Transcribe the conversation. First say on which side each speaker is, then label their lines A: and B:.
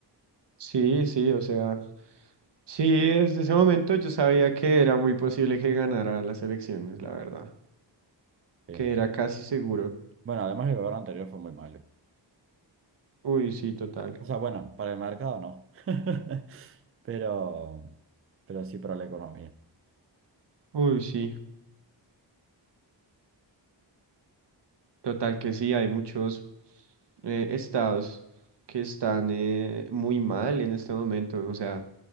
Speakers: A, on the right; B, on the right.
A: Sí, sí, o sea, sí, desde ese momento yo sabía que era muy posible que ganara las elecciones, la verdad,
B: Sí.
A: que era casi seguro.
B: Bueno, además el gobierno anterior fue muy malo.
A: Uy, sí, total.
B: O sea, bueno, para el mercado no, <laughs> pero, pero sí para la economía,
A: Uy, sí. Total que sí, hay muchos eh, estados que están eh, muy mal en este momento. O sea,